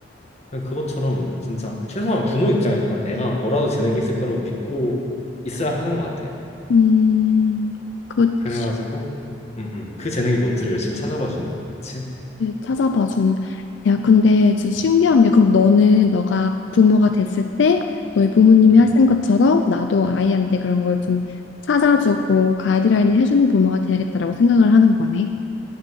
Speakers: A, on the left; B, on the left.
A: 그냥 그것처럼 진짜 최소한 부모 입장에서는 애가 뭐라도 재능이 있을 거라고 믿고 있어야 하는 것 같아.
B: 음, 그치.
A: 그래가지고 음, 음, 그 재능이 뭔지를 열심히 찾아봐 주는. 그치?
B: 이제 찾아봐 주는. 야, 근데 저 신기한
A: 음,
B: 게 그럼 너는 너가 부모가 됐을 때 너희 부모님이
A: 음,
B: 하신 것처럼 나도 아이한테 그런 걸 좀 찾아주고 가이드라인을 해주는 부모가 돼야겠다라고 생각을 하는 거네.